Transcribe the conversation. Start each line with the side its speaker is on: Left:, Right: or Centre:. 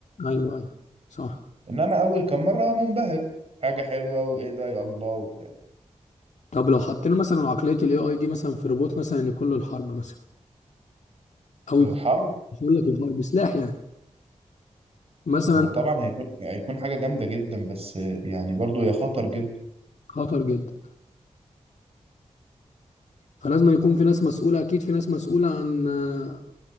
Left: ايوه ايوه صح
Right: انما اول كام مره منبهر حاجه حلوه وايه ده يا الله وبتاع
Left: طب لو حطينا مثلا عقليه الاي اي دي مثلا في روبوت مثلا يكون له الحرب مثلا او
Right: الحرب
Left: يكون مش هقول لك الحرب سلاح يعني مثلا
Right: هو طبعا هيكون هيكون حاجه جامده جدا بس يعني برضو هي خطر جدا
Left: خطر جدا فلازم يكون في ناس مسؤوله اكيد في ناس مسؤوله عن آه،